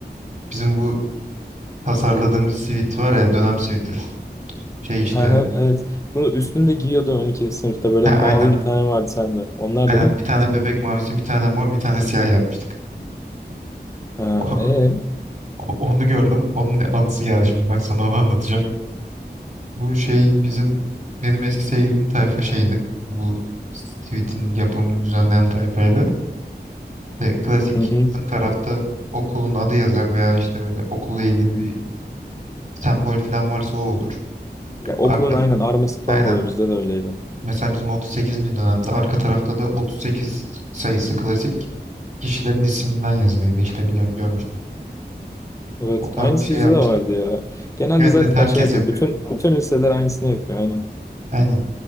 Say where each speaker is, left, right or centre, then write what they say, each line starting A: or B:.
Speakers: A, on the right; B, on the left.
A: Bizim bu tasarladığımız sivit var ya dönem siviti. Şey işte
B: Hı hı, evet. Bunu üstünde giyiyordun 12. sınıfta. Böyle
A: ha,
B: mavi
A: aynen
B: bir tane vardı sende. Onlar
A: aynen
B: da mı?
A: bir tane bebek mavisi bir tane mor bir tane siyah yapmıştık.
B: Ha,
A: <laughs>
B: ee?
A: O- Onu gördüm. Onun anısı geldi şimdi. Bak sana onu anlatacağım. Bu şey bizim benim eski sevgilimin tayfa şeydi. Bu Sweet'in yapımını düzenleyen tayfaydı. İşte klasik
B: Hı hı.
A: ön tarafta okulun adı yazar veya işte böyle okulla ilgili bir sembol falan varsa o olur.
B: Ya okulun
A: Arka,
B: aynen arması falan
A: aynen.
B: oluyor. Bizde de öyleydi.
A: Mesela bizim 38. dönemde arka tarafta da 38 sayısı klasik kişilerin isminden yazılıydı. İşte biliyorsun görmüştüm.
B: Evet.
A: O tarz
B: Aynısı
A: bir şey
B: bizde
A: yapmıştık.
B: de vardı ya. Genelde
A: Evet,
B: zaten
A: evet herkes
B: şey yapıyor.
A: yapıyor.
B: Bütün bütün liseler aynısını yapıyor. Aynen.
A: Aynen.